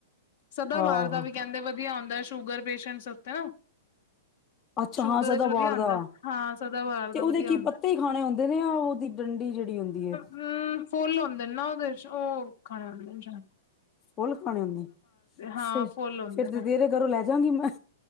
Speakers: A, on the left; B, on the left.
A: ਸਦਾ
B: ਆਹੋ
A: ਬਹਾਰ ਦਾ ਵੀ ਕਹਿੰਦੇ, ਵਧੀਆ ਆਉਂਦਾ ਸ਼ੂਗਰ ਪੇਸ਼ੈਂਟ ਉੱਤੇ
B: ਅੱਛਾ
A: ਸ਼ੂਗਰ
B: ਹਾਂ ਸਦਾਬਹਾਰ
A: ਵਿੱਚ ਵਧੀਆ ਆਉਂਦਾ
B: ਦਾ
A: ਹਾਂ। ਸਦਾ ਬਾਹਰ ਦਾ
B: ਤੇ ਉਹਦੇ
A: ਵਧੀਆ
B: ਕੀ,
A: ਹੁੰਦਾ।
B: ਪੱਤੇ ਹੀ ਖਾਣੇ ਹੁੰਦੇ ਨੇ ਆ, ਉਹਦੀ ਡੰਡੀ ਜਿਹੜੀ ਹੁੰਦੀ ਹੈ।
A: ਹਮ ਫੁੱਲ ਹੁੰਦੇ ਨੇ ਨਾ ਉਹਦੇ ਚ, ਉਹ ਖਾਣੇ ਹੁੰਦੇ ਨੇ।
B: ਫੁੱਲ ਖਾਣੇ ਹੁੰਦੇ
A: ਹਾਂ
B: ਫ,
A: ਫੁੱਲ ਹੁੰਦੇ
B: ਫਿਰ ਤੇ
A: ਨੇ
B: ਤੇਰੇ ਘਰੋਂ ਲੈ ਜਾਂਗੀ ਮੈਂ।